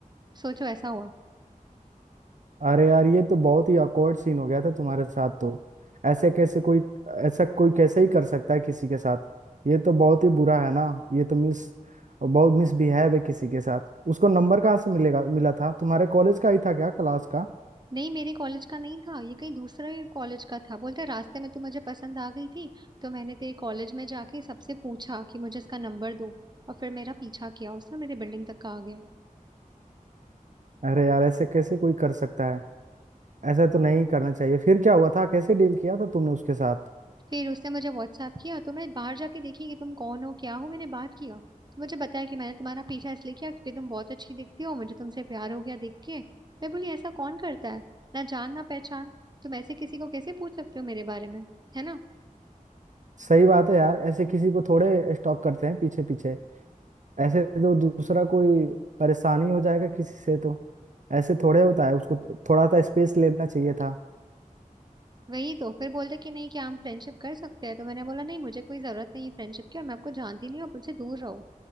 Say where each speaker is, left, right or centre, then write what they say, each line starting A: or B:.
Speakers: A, on the right; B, on the right.
A: सोचो ऐसा हुआ
B: अरे यार ये तो बहुत ही awkward सीन हो गया था तुम्हारे साथ तो ऐसे कैसे कोई ऐसा कोई कैसे ही कर सकता है किसी के साथ ये तो बहुत ही बुरा है ना ये तो मिस बहुत मिसबिहेव है किसी के साथ उसको नंबर कहाँ से मिलेगा मिला था तुम्हारे कॉलेज का ही था क्या क्लास का
A: नहीं मेरे कॉलेज का नहीं था ये कहीं दूसरे कॉलेज का था बोलता है रास्ते में तो मुझे पसंद आ गई थी तो मैंने तेरे कॉलेज में जाके सबसे पूछा कि मुझे इसका नंबर दो और फिर मेरा पीछा किया उसने मेरे बिल्डिंग तक का आ गया
B: अरे यार ऐसे कैसे कोई कर सकता है ऐसा तो नहीं करना चाहिए फिर क्या हुआ था कैसे डील किया था तुमने उसके साथ
A: फिर उसने मुझे व्हाट्सएप किया तो मैं बाहर जाके देखी कि तुम कौन हो क्या हो मैंने बात किया तो मुझे बताया कि मैंने तुम्हारा पीछा इसलिए किया क्योंकि तुम बहुत अच्छी दिखती हो मुझे तुमसे प्यार हो गया देख के मैं बोली ऐसा कौन करता है ना जान ना पहचान तुम ऐसे किसी को कैसे पूछ सकते हो मेरे बारे में है ना
B: सही बात है यार ऐसे किसी को थोड़े स्टॉक करते हैं पीछे पीछे ऐसे तो दूसरा कोई परेशानी हो जाएगा किसी से तो ऐसे थोड़े होता है उसको तो थोड़ा सा स्पेस लेना चाहिए था
A: वही तो फिर बोलते कि नहीं कि हम फ्रेंडशिप कर सकते हैं तो मैंने बोला नहीं मुझे कोई जरूरत नहीं है फ्रेंडशिप की और मैं आपको जानती नहीं हूँ आप मुझसे दूर रहो